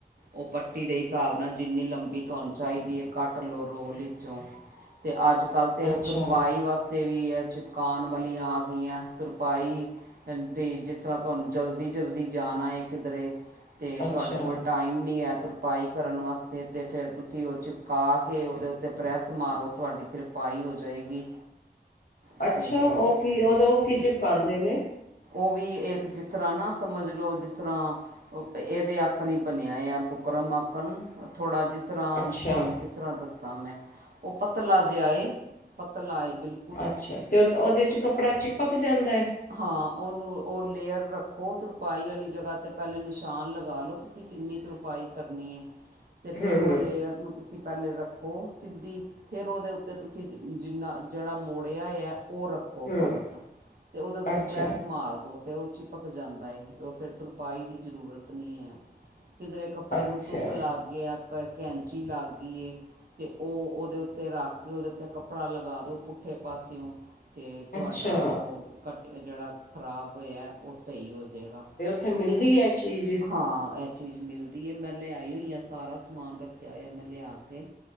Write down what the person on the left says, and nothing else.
ਅੱਛਾ
ਅੱਛਾ
ਅੱਛਾ, ਓ ਕੀ ਓਦੋਂ ਓ ਕੀ ਚਿਪਕਾਂਦੇ ਨੇ?
ਅੱਛਾ
ਅੱਛਾ ਤੇ ਓ ਓਦੇ ਚ ਕੱਪੜਾ ਚਿਪਕ ਜਾਂਦੈ?
ਹੂੰ
ਹੂੰ
ਹੂੰ
ਅੱਛਾ
ਅੱਛਾ
ਅੱਛਾ
ਕਿੱਥੇ ਮਿਲਦੀ ਐ ਏਹ ਚੀਜ਼।